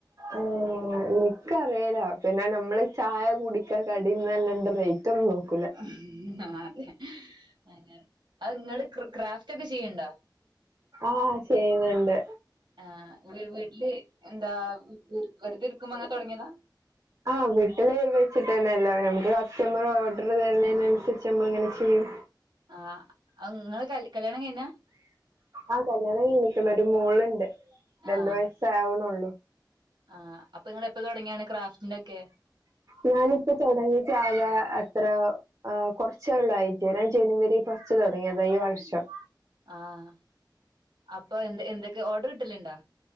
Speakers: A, on the right; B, on the right.
A: ആഹ്‌ ഇൻക്കറേലാ പിന്നെ നമ്മള് ചായ കുടിക്കാ കടി തിന്നാ <unintelligible> <unintelligible>
B: ആഹ് അതെ അങ്ങനെ. അന് ഇങ്ങള് ക്ര് ക്രാഫ്റ്റ് ഒക്കെ ചെയ്യ്ണ്ടോ?
A: ആഹ് ചെയ്യുന്നുണ്ട്.
B: ആഹ്‌. വ് വീട്ടില് എന്താ വ്റ് വെറുതെ ഇരിക്കുമ്പോ ഇങ്ങെ തൊടങ്ങിയതാ.
A: ആഹ് വീട്ടിൽ വെച്ചിട്ട് തന്നൊല്ലോ നമുക്ക് കസ്റ്റമർ ഓർഡർ തര്ണേന് അന്സരിച്ച് നമ്മൾ ഇങ്ങനെ ചെയ്യും.
B: ആഹ്. അഹ് ഇങ്ങള് കൽ കല്യാണം കയിഞ്ഞാ?
A: ആഹ്‌ കല്യാണം കയിഞ്ഞ്ക്ക്ണ്. ഒരു മോളുണ്ട് രണ്ട്
B: ആഹ്
A: വയസ്സാവ്ണൊള്ളു.
B: ആഹ്. അപ്പൊ ഇങ്ങള് എപ്പൊ തൊടങ്ങിയാണ് ക്രാഫ്റ്റിൻ്റൊക്കെ?
A: ഞാനിപ്പോ തൊടങ്ങീറ്റ് ആകെ എത്യോ ആഹ്‌ കൊറച്ചേ ഒള്ളൂ ആയിറ്റ്. ഞാൻ ജനുവരി ഫസ്റ്റ് തൊടങ്ങിയതാ ഈ വർഷം.
B: ആഹ്‌ അപ്പൊ എന്ത് എന്തൊക്കെ ഓർഡർ കിട്ടലുണ്ടാ?